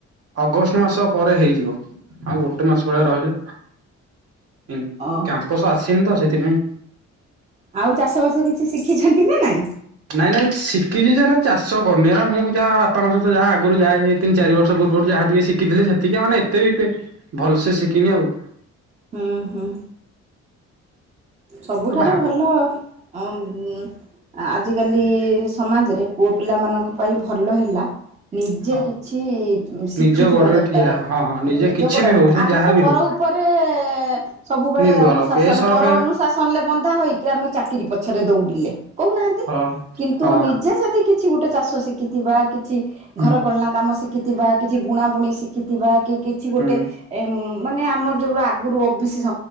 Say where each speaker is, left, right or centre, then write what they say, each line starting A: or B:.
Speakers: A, on the right; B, on the right.
A: ଅଗଷ୍ଟ ମାସ ପରେ ହେଇଯିବ ଆଉ ଗୋଟେ ମାସ ଭଳିଆ ରହିଲା। ହୁଁ
B: ଓହୋ।
A: କ୍ୟାମ୍ପସ ଆସିନି ତ ସେଥିପାଇଁ
B: ଆଉ ଚାଷ ବାସ କିଛି ଶିଖିଛନ୍ତି ନା ନାଇଁ।
A: ନାଇଁ ନାଇଁ ଶିଖିଛି ଯେ ହେଲେ ଚାଷ କରନି ଏରା ମୁଁ ଯାହା ବାପାଙ୍କ ସହିତ ଯାହା ଆଗରୁ ଯାଏ। ତିନି ଚାରି ବର୍ଷ ପୂର୍ବରୁ ଯାହା ଟିକେ ଶିଖିଥିଲେ ସେତିକି ମାନେ ଏତେ ବି ଭଲସେ ଶିଖିନି ଆଉ।
B: ହୁଁ ହୁଁ। ସବୁଠାରୁ
A: ତ ଭା
B: ଭଲ ଅଁ ଉଁ ଆଜିକାଲି ସମାଜରେ ପୁଅ ପିଲାମାନଙ୍କ ପାଇଁ ଭଲ ହେଲା ନିଜେ
A: ହଁ
B: କିଛି ଶିଖିଥିବା
A: ନିଜ ଗୋଡରେ
B: ଦରକାର
A: ଠିଆ ହଁ ହଁ ନିଜେ
B: ନିଜ
A: କିଛି
B: ଗୋଡର
A: ବି ହଉ ସେ
B: ଆମେ
A: ଯାହା
B: ତ
A: ବି
B: ପର
A: ହଉ
B: ଉପ ପରେ ସବୁବେଳେ
A: ନିର୍ଭର
B: ଅନୁଶାସନ
A: ବେସରକାରୀ
B: ପର ଅନୁ ଶାସନରେ ବନ୍ଧା ହୋଇକି ଆମେ ଚାକିରି ପଛରେ ଦଉଡିଲେ କହୁନାହାନ୍ତି
A: ହଁ
B: କିନ୍ତୁ
A: ହଁ
B: ନିଜେ ଯଦି କି ଛି ଗୋଟେ ଚାଷ ଶିଖିଥିବା କିଛି
A: ହୁଁ
B: ଘରକଲନା କାମ ଶିକି ଥିବା କିଛି ବୁଣା ବୁଣି ଶିଖିଥିବା କି କିଛି ଗୋଟେ
A: ହୁଁ
B: ଏ ମାନେ ଆମର ଯୋଉ ଆଗରୁ ଓ ବି ସି